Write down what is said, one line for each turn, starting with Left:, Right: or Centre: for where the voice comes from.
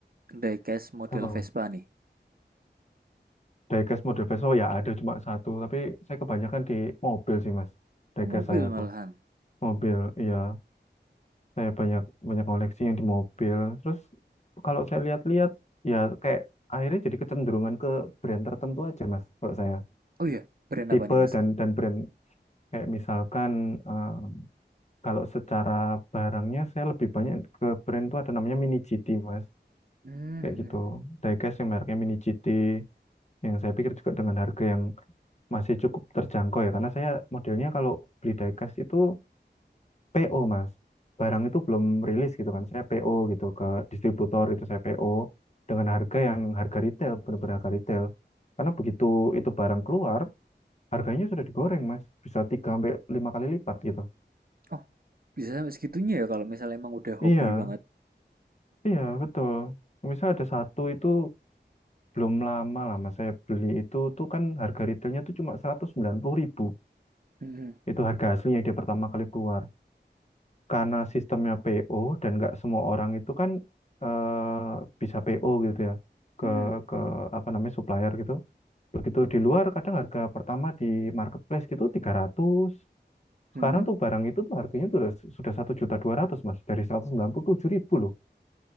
Right: diecast model
Left: apa mas
Right: Vespa nih?
Left: diecast model Vespa ya ada cuma satu tapi saya kebanyakan di mobil sih mas diecast
Right: Oh mobil
Left: saya
Right: malahan.
Left: tuh mobil iya saya banyak banyak koleksi yang di mobil terus kalau saya lihat-lihat ya kayak akhirnya jadi kecenderungan ke brand tertentu aja mas kalau saya
Right: Oh iya, brand
Left: tipe
Right: apa nih Mas?
Left: dan dan brand kayak misalkan eh, kalau secara barangnya saya lebih banyak ke brand tuh ada namanya Mini GT mas
Right: Mmm,
Left: kayak gitu diecast yang mereknya Mini GT yang saya pikir juga dengan harga yang masih cukup terjangkau ya karena saya modelnya kalau beli diecast itu PO mas barang itu belum rilis gitu kan saya PO gitu ke distributor itu saya PO dengan harga yang harga retail benar-benar harga retail karena begitu itu barang keluar harganya sudah digoreng mas bisa tiga sampai lima kali lipat gitu
Right: oh, bisa sampai segitunya ya kalau misalnya emang udah hobi
Left: iya
Right: banget.
Left: iya
Right: Mmm,
Left: betul misal ada satu itu belum lama lah mas saya beli itu tuh kan harga retailnya tuh cuma seratus sembilan puluh ribu
Right: mhm,
Left: itu harga aslinya dia pertama kali keluar karena sistemnya PO dan nggak semua orang itu kan eh, bisa PO gitu ya ke
Right: mhm,
Left: ke apa namanya supplier gitu. Begitu di luar kadang harga pertama di marketplace gitu tiga ratus Sekarang
Right: mhm,
Left: tuh barang itu tuh harganya tuh udah, sudah satu juta dua ratus Mas dari 197.000 loh.